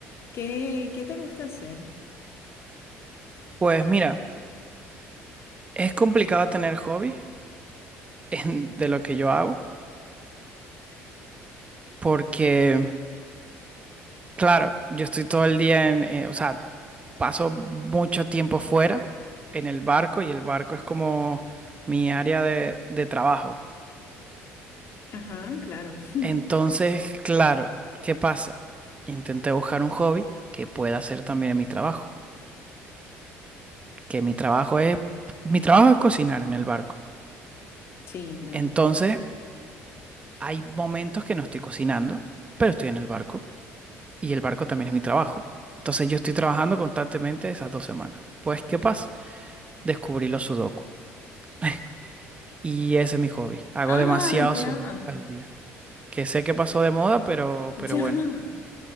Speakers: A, on the left (about 50°); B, on the right (about 25°).
A: ¿qué, qué te gusta hacer?
B: Pues mira. Es complicado tener hobbies en- de lo que yo hago porque, claro, yo estoy todo el día en, eh, o sea, paso mucho tiempo fuera en el barco y el barco es como mi área de, de trabajo.
A: Ajá, claro. <laughs>
B: Entonces, claro, ¿qué pasa? Intenté buscar un hobby que pueda hacer también en mi trabajo, que mi trabajo es, mi trabajo es cocinar en el barco.
A: Sí, claro.
B: Entonces, hay momentos que no estoy cocinando, pero estoy en el barco. y el barco también es mi trabajo. Entonces yo estoy trabajando constantemente esas dos semanas. Pues, ¿qué pasa? Descubrí los sudoku. <laughs> Y ese es mi hobby. Hago
A: Ah,
B: demasiados
A: ya,
B: sudokus al día. Que sé que pasó de moda, pero, pero
A: ya.
B: bueno,